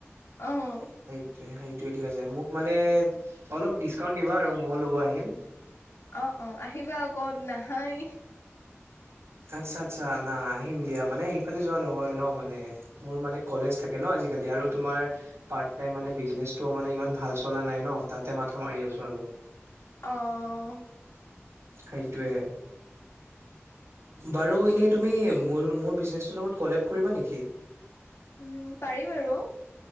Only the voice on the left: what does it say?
আহ।
অ', অ', আহিবা আকত নাহাই।
অ'।
উম, পাৰি বাৰু।